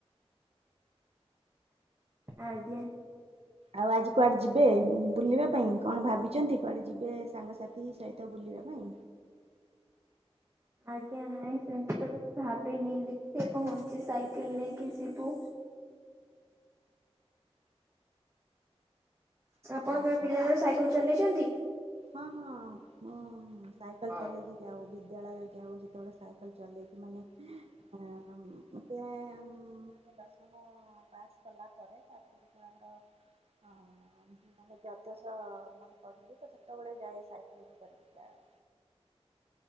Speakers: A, on the right; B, on the right.
A: ଆଜ୍ଞା।
B: ଆଉ ଆଜି କୁଆଡେ ଯିବେ ବୁଲିବା ପାଇଁ କଣ ଭାବିଛନ୍ତି କୁଆଡେ ଯିବେ ସାଙ୍ଗସାଥି ସହିତ ବୁଲିବା ପାଇଁ।
A: ଆଜ୍ଞା ନାଇଁ ସେମତି ତ କିଛି ଭାବିନି ଦେଖେ କଣ ହଉଛି ସାଇକେଲ ନେଇକି ଯିବୁ। ଚ
B: ପାଇଁ?
A: ଆପଣ କେବେ ପିଲାବେଳେ ସାଇକେଲ ଚଲେଇଛନ୍ତି?
B: ହଁ ହଁ ମୁଁ ସାଇକେଲ
A: ଆଜ୍ଞା
B: ଚଲେଇଛି। ଯାଉ ବିଦ୍ୟାଳୟ ଯାଉ ସେତେବେଳେ ସାଇକେଲ ଚଲେଇକି ମାନେ ହଁ ହମ <unintelligible> ମାନେ ଦଶମ ପାସ କଲା ପରେ ଆ ସେଟା ଆମର ମାନେ ଦ୍ୱାଦଶ ମାନେ ପଢିଲି ତ ସେତେବେଳେ ସେତବେଳେ ଯାଏ ସାାଇକ୍ଲିଙ୍ଗ କରିକି ଯାଏ।